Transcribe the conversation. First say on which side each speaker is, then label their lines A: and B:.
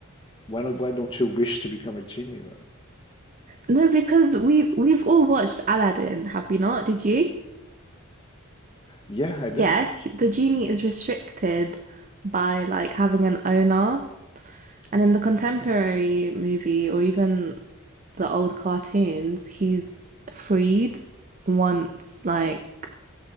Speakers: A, on the left; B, on the right.
A: Why not, why don't you wish to become a genie then?
B: no, because we we've all watched Aladdin, have we not? Did you?
A: Yeah, I did.
B: Yeah, he- the genie is restricted by like having an owner. And in the contemporary movie or even the old cartoons, he's freed once like